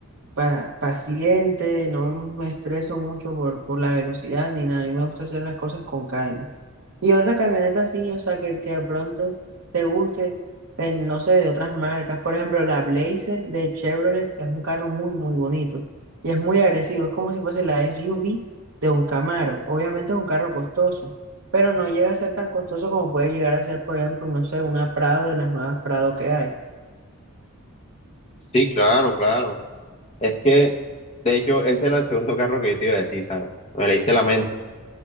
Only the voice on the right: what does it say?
Pa- paciente, no me estreso mucho por, por la velocidad ni nada, a mí me gusta hacer las cosas con calma. Y otra camioneta así, o sea, que, que de pronto te guste, en, no sé, de otras marcas. Por ejemplo, la Blazer de Chevrolet es un carro muy, muy bonito y es muy agresivo. Es como si fuese la SUV de un Camaro. Obviamente es un carro costoso, pero no llega a ser tan costoso como puede llegar a ser, por ejemplo, no sé, una Prado de las nuevas Prado que hay.